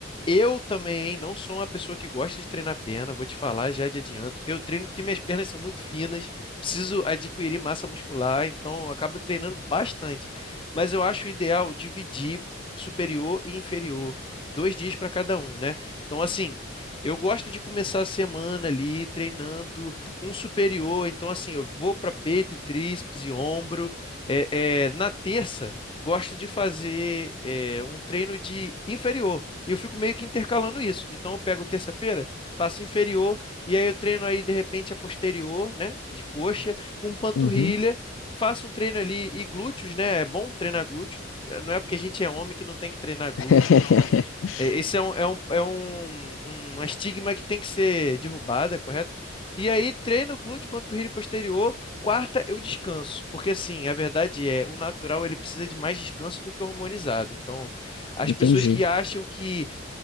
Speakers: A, on the left (about 25°); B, on the left (about 85°).
A: eu também não sou uma pessoa que gosta de treinar perna, vou te falar já de adianto. Eu treino porque minhas pernas são muito finas, preciso adquirir massa muscular, então eu acabo treinando bastante. Mas eu acho ideal dividir superior e inferior, dois dias para cada um, né? Então, assim, eu gosto de começar a semana ali treinando um superior, então, assim, eu vou para peito, e tríceps e ombro. É, é, na terça, gosto de fazer é, um treino de inferior. E eu fico meio que intercalando isso. Então, eu pego terça-feira, faço inferior, e aí eu treino aí, de repente, a posterior, né? De coxa, com panturrilha.
B: Uhum.
A: Faço um treino ali e glúteos, né? É bom treinar glúteo. Não é porque a gente é homem que não tem que treinar glúteo.
B: <laughs>
A: Então, é, esse é um, é um, é um, um estigma que tem que ser derrubada, correto? E aí, treino glúteo, panturrilha e posterior. Quarta, eu descanso, porque assim, a verdade é, o natural ele precisa de mais descanso do que o hormonizado. Então, as
B: Entendi,
A: pessoas que acham que